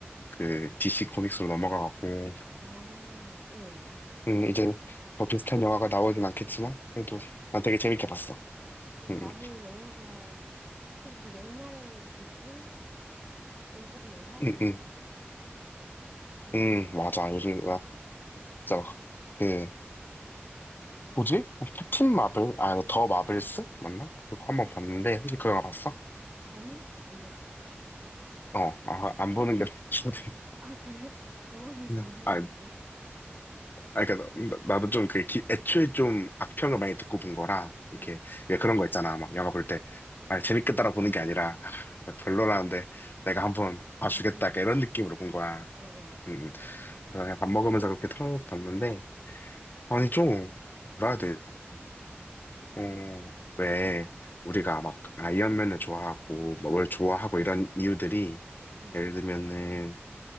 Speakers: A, on the left; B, on the right.
A: 그 DC 코믹스로 넘어가갖고,
B: 아, 어.
A: 음, 이제 뭐 비슷한 영화가 나오진 않겠지만, 그래도
B: 아.
A: 난 되게 재밌게 봤어.
B: 근데
A: 음,
B: 마블
A: 음,
B: 영화가 확실히 그 옛날의 느낌은 조금 많이 사라진
A: 음,
B: 것
A: 음,
B: 같아. 슬프게도.
A: 음, 음, 맞아. 요즘, 나 진짜 막, 그, 뭐지? 캡틴 마블? 아, 더 마블스? 맞나? 그거 한번 봤는데, 혹시 그
B: 어.
A: 영화 봤어?
B: 아니? 안 봤어.
A: 어, 아, 안 보는 게 나을 수도 겠
B: 아, 그래? <laughs> 더 마블스
A: 구나
B: 무슨 내용인데?
A: 아, 아, 그니까, 나도 좀 그, 애초에 좀 악평을 많이 듣고 본 거라, 이렇게,
B: 응.
A: 왜 그런 거 있잖아. 막 영화 볼 때, 아, 재밌겠다라 보는 게 아니라, 아, 별로라는데, 내가 한번 봐주겠다.
B: 아, 그래도.
A: 약간 이런 느낌으로 본 거야.
B: 어, 어.
A: 음, 음. 그래서 그냥 밥 먹으면서 그렇게 틀어봤는데, 아니, 좀, 뭐라 해야 돼? 어, 왜, 우리가 막, 아이언맨을 좋아하고, 막 뭘 좋아하고, 이런 이유들이,
B: 응.
A: 예를 들면은,